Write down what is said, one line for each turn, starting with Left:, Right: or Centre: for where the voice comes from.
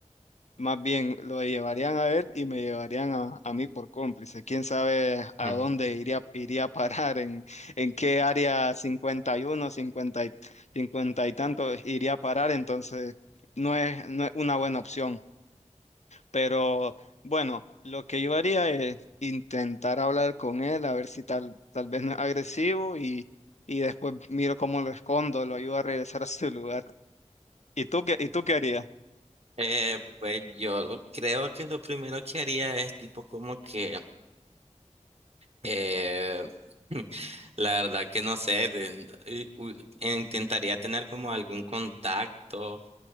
Left: más bien lo llevarían a él y me llevarían a, a mí por cómplice. ¿Quién sabe a
Right: <laughs>
Left: dónde iría, iría a parar, en, en qué área 51, 50 y, 50 y tanto iría a parar? Entonces, no es, no es una buena opción. Pero bueno, lo que yo haría es intentar hablar con él, a ver si tal, tal vez no es agresivo y, y después miro cómo lo escondo, lo ayudo a regresar a su lugar. ¿Y tú qué, y tú qué harías?
Right: Eh, pues yo creo que lo primero que haría es tipo como que Eh, <laughs> la verdad que no sé, de- y- u- intentaría tener como algún contacto,